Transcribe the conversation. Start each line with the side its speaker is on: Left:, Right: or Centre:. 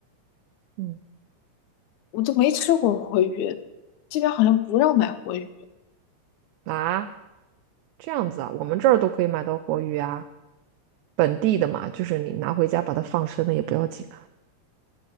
Right: 嗯
Left: 我都没吃过活鱼，这边好像不让买活鱼。
Right: 啊，这样子啊，我们这儿都可以买到活鱼啊，本地的嘛，就是你拿回家把它放生了也不要紧。